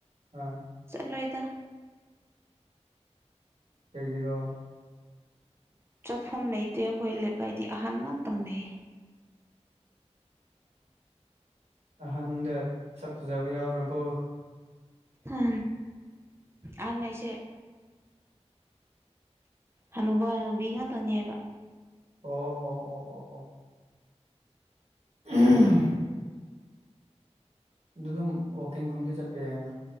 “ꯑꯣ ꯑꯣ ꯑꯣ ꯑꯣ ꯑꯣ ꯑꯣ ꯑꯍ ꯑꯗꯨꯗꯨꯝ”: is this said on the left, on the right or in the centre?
Right